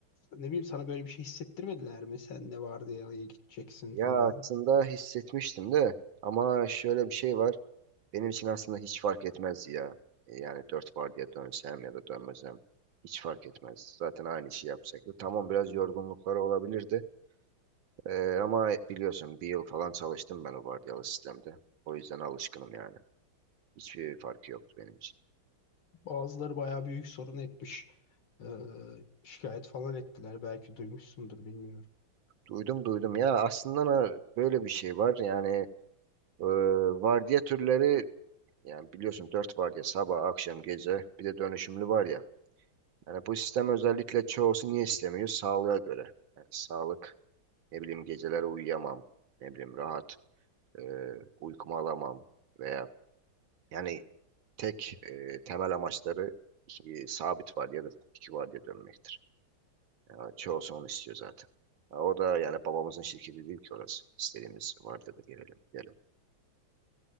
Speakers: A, on the left; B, on the right.
A: ne bileyim sana böyle bir şey hissettirmediler mi? Sen de vardiyalıya gideceksin
B: Ya
A: falan.
B: aslında hissetmiştim de ama şöyle bir şey var. Benim için aslında hiç fark etmezdi ya. E, Yani dört var diye dönsem ya da dönmesem hiç fark etmez. Zaten aynı işi yapacaktı. Tamam biraz yorgunlukları olabilirdi. E, ama biliyorsun bir yıl falan çalıştım ben o vardiyalı sistemde. O yüzden alışkınım yani. Hiçbir farkı yoktu benim için.
A: Bazıları bayağı büyük sorun etmiş. Ee, şikayet falan ettiler. Belki duymuşsundur bilmiyorum.
B: Duydum duydum ya aslında na- böyle bir şey var. Yani e, vardiya türleri Yani biliyorsun 4 var ya sabah, akşam, gece bir de dönüşümlü var ya. Yani bu sistem özellikle çoğusu niye istemiyor? Sağlığa göre. Yani sağlık, ne bileyim geceleri uyuyamam, ne bileyim rahat e, uykumu alamam veya yani tek e, temel amaçları iki, sabit var ya da iki var diye dönmektir. Yani çoğusu onu istiyor zaten. Ha, o da yani babamızın şirketi değil ki orası. İstediğimiz var da gelelim, gidelim.